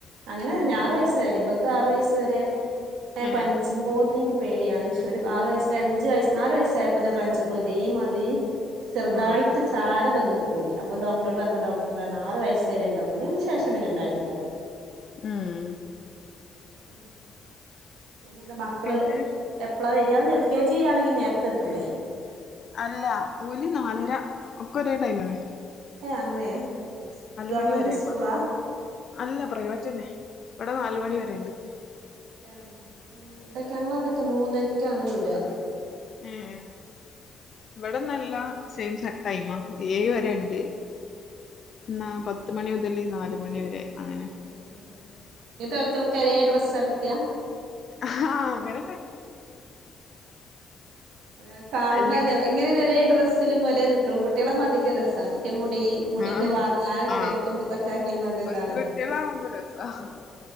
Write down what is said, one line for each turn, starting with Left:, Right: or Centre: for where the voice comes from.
Right: അങ്ങനെ തന്നെ ആറു വയസ്സ് വരെ ഇവൾക്ക് ആറു വയസ്സ് വരെ
Left: ആഹ്
Right: ഏഹ് പനിച്ച്മ്പോത്തിന് ഇന്ക്ക് പേടിയാണ് പക്ഷേ ഒരു ആറ് വയസ് ഒരഞ്ചുയസ്സ് നാല് വയസായപ്പോത്തിന് പന്ച്ചപ്പോ ഇതേ മാതിരി ചെറുതായിട്ട്ച്ച്
Left: ആഹ്
Right: <unintelligible> വന്ന് പോയി അപ്പം ഡോക്റ്റോട് പറ്ഞ്ഞപ്പോ ഡോക്ട് പറഞ്ഞ് ആറ് വയസ്സരെ ഇണ്ടാവും അയിന് ശേഷം പിന്നെ ഇണ്ടായിട്ടില്ലട്ടോ
Left: ഉം
Right: ഉം പിന്നെ എന്താ മക്കള്
Left: പിന്നെ
Right: എപ്പളാ വരാ? എൽ കെ ജി ആണെങ്കിൽ നേരത്തെ എത്തൂല്ലേ
Left: അല്ല ഓല് നാലര ഒക്കെ ഒരേ ടൈം ന്നെ
Right: ഏ അങ്ങനെയ ഗവണ്മെന്റ്
Left: മണി വരെ
Right: സ്കൂളാ?
Left: പ അല്ല പ്രൈവറ്റ്ന്നെ ഇവിടെ നാല് മണി വരെ ണ്ട്
Right: ആ വിടെയൊക്കെ ഞങ്ള അവിടെയൊക്കെ മൂന്നരക്കാണ് വിടാ
Left: മം ഇവിടെ നല്ല സെയിം സെട്ടായിമ വരെ ഉണ്ട് ന്നാ പത്ത് മണി മുതൽ നാല് മണി വരെ അങ്ങനെ
Right: മം മം <unintelligible> ഒരേ ഡ്രസ് എടുക്ക
Left: ആഹ് അങ്ങനെ
Right: ആ കാണുമ്പോ
Left: അല്ലെ
Right: അല്ലേ എങ്ങനെ ഒരേ ഡ്രസ്സ് ലും ഒരേ പെൺകുട്ടികൾ ആവുമ്പോ അധികം രസാണ് <unintelligible> മുടി മുടിയൊക്കെ
Left: ആഹ്
Right: വാർന്നു ആ
Left: ആഹ്
Right: കെട്ടും തൊക്കെ ആക്കി
Left: പെൺകുട്ടികളാവുമ്പോ
Right: ഇതാണല്ലോ
Left: രസാ
Right: ആ